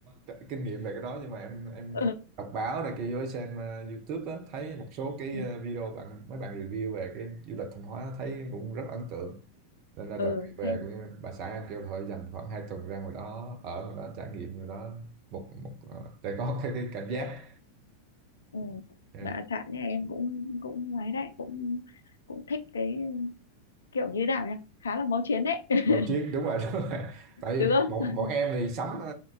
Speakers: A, on the right (about 40°); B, on the left (about 70°).
A: ờ, tr- kinh nghiệm về cái đó nhưng mà em em
B: ừ
A: đọc báo này kia với xem ờ, YouTube á, thấy một số cái
B: ừ
A: ờ, video bạn mấy bạn review về cái du lịch Thanh Hóa thấy cũng rất ấn tượng nên là
B: ừ,
A: đợt này về
B: Thanh
A: cũng bà xã em kêu thôi dành khoảng 2 tuần ra ngoài đó ở ngoài đó trải nghiệm ngoài đó một một ờ, để có <laughs> cái, cái cảm giác
B: ừ.
A: Yeah.
B: bà xã nhà em cũng cũng ấy đấy cũng cũng thích cái kiểu như nào nhỉ khá là máu chiến đấy <laughs>
A: vào chiếc đúng rồi <laughs> đúng rồi tại vì
B: được không
A: bọn bọn em thì sống ờ,